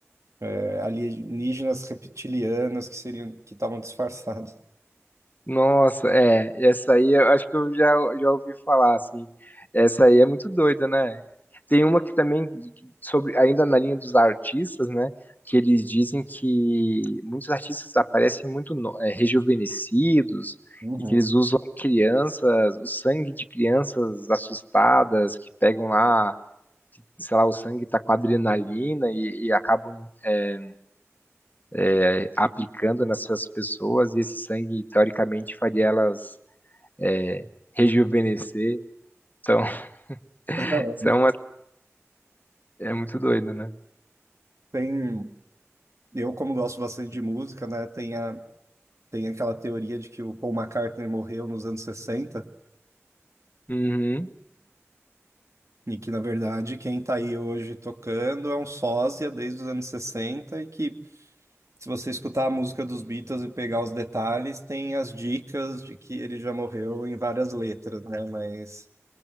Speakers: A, on the right; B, on the left.
A: é, alienígenas reptilianos que seriam que estavam disfarçados.
B: Nossa, é, essa aí eu acho que eu já, já ouvi falar, assim. Essa aí é muito doida, né? Tem uma que também, sobre, ainda na linha dos artistas, né? Que eles dizem que muitos artistas aparecem muito no- é, rejuvenescidos
A: Uhum.
B: e que eles usam crianças, o sangue de crianças assustadas que pegam lá, que, sei lá, o sangue tá com adrenalina e, e acabam é, é, aplicando nessas pessoas e esse sangue, teoricamente, faria elas é, rejuvenescer. Então,
A: <laughs>
B: <laughs> isso é, uma, é muito doido, né?
A: Tem, eu como gosto bastante de música, né? Tem a, tem aquela teoria de que o Paul McCartney morreu nos anos 60
B: Uhum. <laughs>
A: E que, na verdade, quem tá aí hoje tocando é um sósia desde os anos 60 e que, se você escutar a música dos Beatles e pegar os detalhes, tem as dicas de que ele já morreu em várias letras, né? Mas